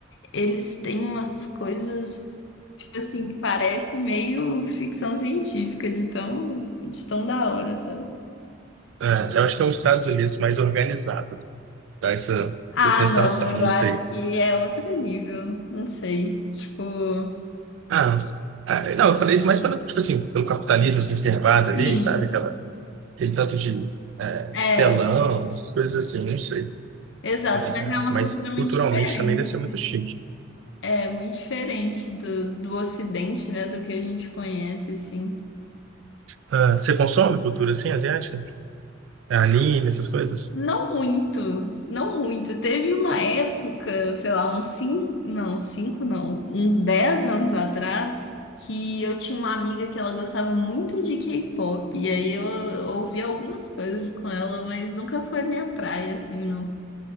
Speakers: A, on the left; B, on the right.
A: Eles têm umas coisas, tipo assim, que parece meio ficção científica, de tão, de tão da hora, sabe?
B: É, eu acho que é os Estados Unidos mais organizado, dá essa
A: Ah,
B: essa sensação,
A: não, eu
B: não
A: acho
B: sei.
A: que é outro nível, não sei. Tipo,
B: Ah, ah, não, eu falei isso mais pelo, tipo assim, pelo capitalismo exacerbado ali,
A: Sim.
B: sabe? Aquela, aquele tanto de eh,
A: é,
B: telão, essas coisas assim, não sei.
A: exato,
B: Eh,
A: mas é uma
B: mas
A: cultura muito
B: culturalmente
A: diferente.
B: também deve ser muito chique.
A: É, muito diferente do, do Ocidente, né, do que a gente conhece, assim.
B: Ah, você consome cultura assim, asiática? É, Anime, essas coisas?
A: Não muito, não muito. Teve uma época, sei lá, uns cinco, não, cinco não, uns 10 anos atrás, que eu tinha uma amiga que ela gostava muito de K-pop, e aí eu, eu ouvi algumas coisas com ela, mas nunca foi minha praia, assim, não.